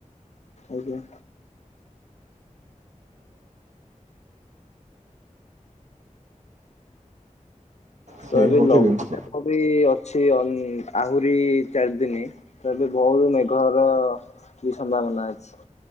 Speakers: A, on the left; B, on the right.
A: ଆଜ୍ଞା।
B: ସେ
A: ତ ଆଜି
B: ହେଉଛି
A: ଲଘୁଚାପ
B: ଜିନିଷ
A: ବି ଅ ଅଛି ଆହୁରି ଚାରି ଦିନି ତ ଏବେ ବହୁତ ମେଘର କି ସମ୍ଭାବନା ଅଛି?